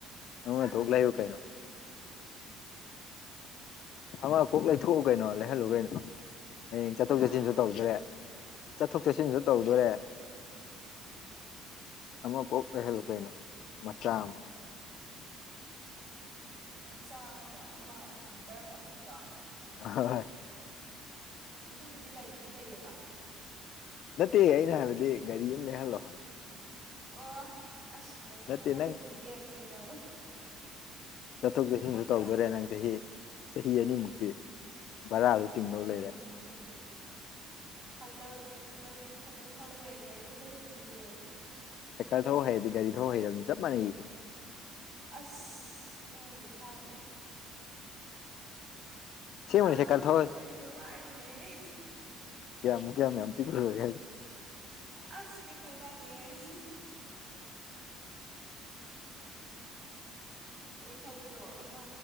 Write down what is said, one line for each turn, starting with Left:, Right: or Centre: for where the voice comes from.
Right: ꯄꯩꯁꯥ
Left: ꯑꯃ
Right: ꯑꯗꯨꯝ
Left: ꯊꯣꯛ ꯂꯩꯌꯨ
Right: ꯇꯤꯡꯉꯤ
Left: ꯀꯩꯅꯣ ꯑꯃ ꯀꯣꯛ ꯂꯩꯊꯣꯛꯎ ꯀꯩꯅꯣ ꯂꯩꯍꯜꯂꯨ ꯀꯩꯅꯣ ꯍꯌꯦꯡ ꯆꯠꯊꯣꯛ
Right: ꯍꯥ
Left: ꯆꯠꯁꯤꯟ ꯇꯧꯗ꯭ꯔꯦ ꯆꯠꯊꯣꯛ ꯆꯠꯁꯤꯟꯁꯨ ꯇꯧꯗꯣꯔꯦ ꯑꯃ ꯀꯣꯛ ꯂꯩꯍꯜꯂ‌ꯣ ꯀꯩꯅꯣ ꯃꯆꯥ ꯑꯃ
Right: ꯃꯆꯥ ꯍꯥꯏꯔꯣ ꯑꯃ ꯂꯤꯇꯔ ꯑꯄꯤꯛꯄꯗꯣ
Left: ꯍꯣꯏ ꯍꯣꯏ
Right: ꯑꯗꯨꯕꯨꯗꯤ ꯂꯩꯕꯨꯗꯤ ꯂꯩꯌꯦꯕ
Left: ꯅꯠꯇꯦ ꯑꯩꯅ ꯍꯥꯏꯕꯗꯤ ꯒꯥꯔꯤ ꯑꯃ ꯂꯩꯍꯜꯂꯣ ꯍꯥꯏꯕ
Right: ꯑꯣ ꯑꯁ ꯒꯥꯔꯤ ꯊꯧꯕꯒ
Left: ꯅꯠꯇꯦ ꯅꯪ
Right: ꯍꯩꯇ꯭ꯔꯤꯌ‌ꯦ ꯀꯩꯅꯣ
Left: ꯆꯠꯊꯣꯛ ꯆꯠꯁꯤꯟꯁꯨ ꯇꯧꯗꯣꯔꯦ
Right: ꯁꯥꯏ
Left: ꯅꯪ ꯆꯍꯤ ꯆꯍꯤ ꯑꯅꯤꯃꯨꯛꯇꯤ ꯚꯔꯥꯁꯨ
Right: ꯍꯣꯏ
Left: ꯇꯤꯡꯗꯧ
Right: ꯑꯗꯨꯕꯨꯗꯤ
Left: ꯂꯩꯔꯦ
Right: ꯆꯨꯝꯕ ꯁꯥꯏꯀꯜ ꯁꯥꯏꯀꯜ ꯈꯛꯇꯪ ꯊꯧꯋꯦ ꯒꯥꯔꯤ ꯊꯧꯕ ꯍꯩꯇ꯭ꯔꯤꯌꯦ
Left: ꯁꯥꯏꯀꯜ ꯊꯧ ꯍꯩꯔꯗꯤ ꯒꯥꯔꯤ ꯊꯧ ꯍꯩꯔꯕꯅꯤ ꯆꯞ ꯃꯥꯟꯅꯩꯌ‌ꯦ
Right: ꯑꯁ ꯅꯣꯏꯅꯗꯤ ꯍꯥꯏꯕ
Left: ꯑꯁꯦꯡꯕꯅꯤ
Right: ꯂꯥꯝ
Left: ꯁꯥꯏꯀꯜ
Right: ꯐꯪꯗꯕ
Left: ꯊꯧ
Right: ꯑꯩꯈꯣꯏꯗꯗꯤ ꯋꯥꯏꯅꯦꯍ‌ꯦ
Left: ꯀꯌꯥꯃꯨꯛ ꯀꯌꯥꯝ ꯌꯥꯝ ꯄꯤꯛꯂꯨꯔꯒ‌ꯦ ꯍꯥꯏꯁꯤ
Right: ꯑꯁ ꯄꯤꯛꯈ꯭ꯔꯖꯥꯠꯅꯤ ꯑꯩ ꯒꯥꯔꯤ ꯊꯧꯕꯗꯣ ꯑꯃ